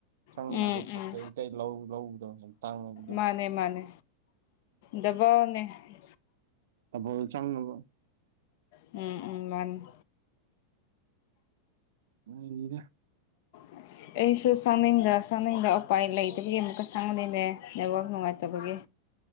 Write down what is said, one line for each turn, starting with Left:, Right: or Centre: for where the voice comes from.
Right: ꯆꯪꯕꯗꯣ
Left: ꯎꯝ
Right: ꯄꯣꯠ
Left: ꯎꯝ
Right: ꯆꯩ ꯂꯧ ꯂꯧꯗꯣ ꯇꯥꯡꯉꯕ
Left: ꯃꯥꯅꯦ ꯃꯥꯅꯦ ꯗꯕ ꯑꯅꯤ <inaudible>
Right: ꯑꯕꯨ ꯆꯪꯅꯕꯣ
Left: ꯎꯝ ꯎꯝ ꯃꯥꯅꯤ
Right: ꯃꯥꯏꯃꯤꯗ
Left: <unintelligible> ꯑꯩꯁꯨ ꯆꯥꯛꯅꯤꯡꯗ ꯆꯥꯛꯅꯤꯡꯗ ꯎꯄꯥꯏ ꯂꯩꯇꯕꯒꯤ ꯑꯃꯨꯛꯀ ꯆꯪꯍꯟꯅꯤꯡꯉꯅꯦ ꯅꯦꯕꯥꯛ ꯅꯨꯡꯉꯥꯏꯇꯕꯒꯤ